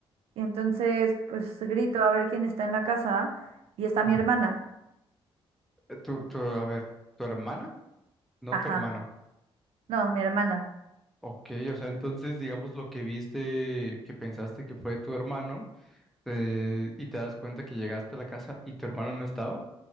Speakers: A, on the right (about 80°); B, in the centre.
A: y entonces pues grito a ver quién está en la casa y está mi
B: Ujú.
A: hermana.
B: Eh, Tu, tu, a ver, ¿tu hermana? No
A: Ajá,
B: tu hermano.
A: no, mi hermana,
B: Ok, o sea, entonces, digamos, lo que viste, que pensaste que fue tu hermano, eh, y te das cuenta que llegaste a la casa y tu hermano no estaba.